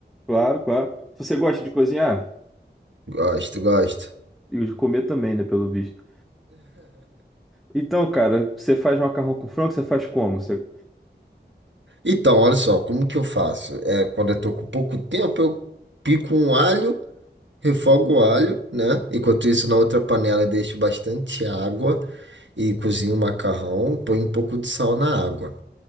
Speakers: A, in the centre; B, on the right.
A: Claro, claro. Você gosta de cozinhar?
B: Gosto, gosto.
A: E de comer também, né, pelo visto. Então, cara, você faz macarrão com frango, você faz como? Você...
B: Então, olha só, como que eu faço? É, quando eu tô com pouco tempo, eu pico um alho. Refogo o alho, né? Enquanto isso, na outra panela, eu deixo bastante água e cozinho o macarrão. Põe um pouco de sal na água.